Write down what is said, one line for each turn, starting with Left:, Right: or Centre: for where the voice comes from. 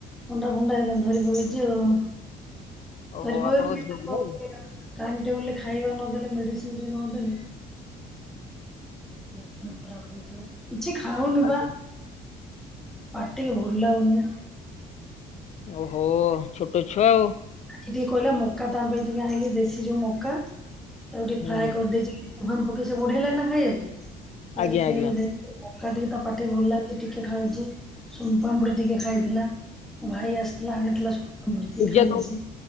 Centre: ଥଣ୍ଡା ଫଣ୍ଡା ହେରା ଧରି ପକେଇଚି ଆଉ।
Left: ଓହୋ
Centre: ଧରି ପକେଇଚି
Left: ଆପଣଙ୍କ ଝିଅ
Centre: <unintelligible> ଟାଇମ୍ ଟେବୁଲ୍ ରେ ଖାଇବା ନଦେଲେ ମେଡିସିନ୍ ଟିକେ ନଦେଲେ ଦେହ ପୁଣି ଖରାପ୍ ହେଇଯିବ। କିଛି ଖାଉନି
Left: ଆଜ୍ଞା
Centre: ପା। ପାଟିକି ଭଲ ଲାଗୁନି ବା।
Left: ଓହୋ ଛୋଟ ଛୁଆ ଆଉ।
Centre: ସେ ଟିକେ କହିଲା ମକା ତା ପାଇଁ ଟିକେ ଆଇଁଲି ଦେଶୀ ଯୋଉ ମକା ତାକୁ ଟିକେ
Left: ହୁଁ
Centre: ଫ୍ରାଏ କରିଦେଇଚି। <unintelligible> ପକେଇ ସେ ବଢ଼ିଆ ଲଗେ ନା ଖାଇବାକୁ। ପିଆଜ
Left: ଆଜ୍ଞା
Centre: ଫିଆଜ
Left: ଆଜ୍ଞା।
Centre: ଦେଇ ପଖାଳ ଟିକେ ତା ପାଟିକୁ ଭଲ ଲାଗୁଛି ଟିକେ ଖଛିଉଛି। ସୁନ୍ ପାମ୍ପୁଡ଼ି ଟିକେ ଖାଇଥିଲା ମୋ ଭାଇ ଆସିଥିଲା ଆଣିଥିଲା ସୁନ୍ ପାମ୍ପୁଡ଼ି ଟିକେ
Left: ପିଜା
Centre: ଖାଇଛି।